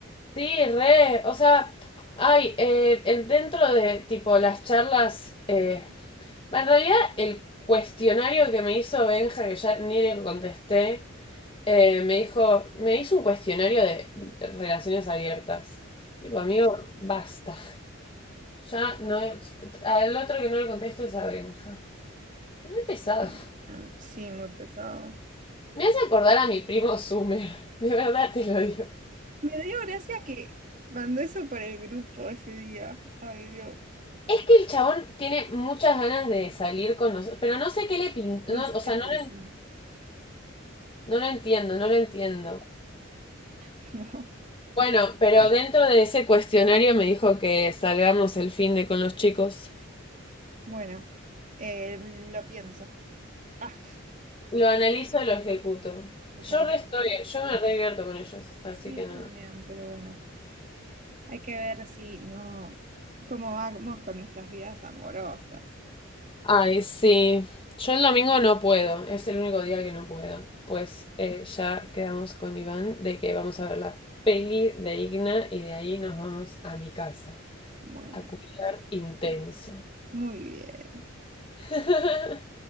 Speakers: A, on the left (about 25°); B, on the right (about 40°).
A: Sí, re, o sea, hay eh, en- dentro de tipo las charlas, eh, en realidad el cuestionario que me hizo Benja, que ya ni le contesté, eh, me dijo, me hizo un cuestionario de relaciones abiertas. Tipo, amigo, basta. Ya no, al otro que no le contesto es a Benja. Es re pesado.
B: Bueno, bien. sí, muy pesado.
A: Me hace acordar a mi primo Summer. de verdad te lo digo.
B: Me dio gracia que mandó eso por el grupo ese día. Ay, Dios.
A: Es que el chabón tiene muchas ganas de salir con nosotros, pero no sé qué le pintó,
B: No sé
A: o sea, no
B: por
A: lo, en-
B: qué.
A: no lo entiendo, no lo entiendo.
B: <laughs> No.
A: Bueno, pero dentro de ese cuestionario me dijo que salgamos el fin de con los chicos.
B: Bueno, eh, lo pienso. Ah,
A: Lo analizo y lo ejecuto.
B: total.
A: Yo re estoy, yo me revierto con ellos, así
B: Sí,
A: que nada.
B: yo también, pero bueno. Hay que ver si no, cómo vamos con nuestras vidas amorosas.
A: Ay, sí. Yo el domingo no puedo, es el único día que no puedo. Pues eh, ya quedamos con Iván de que vamos a ver la peli de Igna y de ahí nos vamos a mi casa.
B: Bueno,
A: A culiar intenso.
B: muy bien.
A: <laughs>